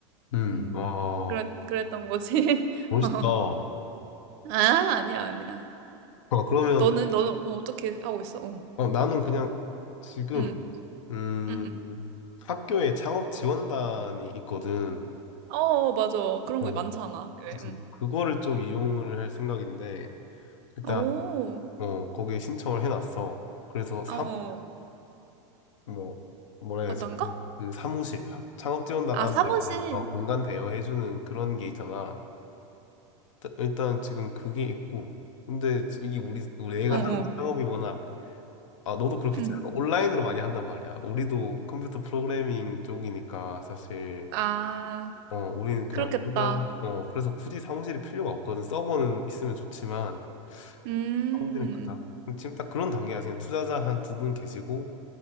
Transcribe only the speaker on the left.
음,
아,
멋있다.
아,
그러면,
어, 나는 그냥 지금,
음,
학교에 창업 지원단이 있거든.
어,
그치.
그거를 좀 이용을 할 생각인데, 일단,
어, 거기에 신청을 해놨어. 그래서 사무,
뭐, 뭐라 해야지,
그, 그 사무실, 학- 창업 지원단
안에
약간, 어, 공간 대여해주는 그런 게 있잖아. 일단, 일단 지금 그게 있고, 근데 이게 우리, 우리 내가
하는 창업이 워낙 아, 너도 그렇겠지.
약간 온라인으로 많이 한단 말이야. 우리도 컴퓨터 프로그래밍 쪽이니까 사실,
어, 우리는 그냥
그냥, 어, 그래서 굳이 사무실이 필요가 없거든. 서버는 있으면 좋지만,
사무실은 그냥. 지금 딱 그런 단계야. 지금 투자자 한 두 분 계시고,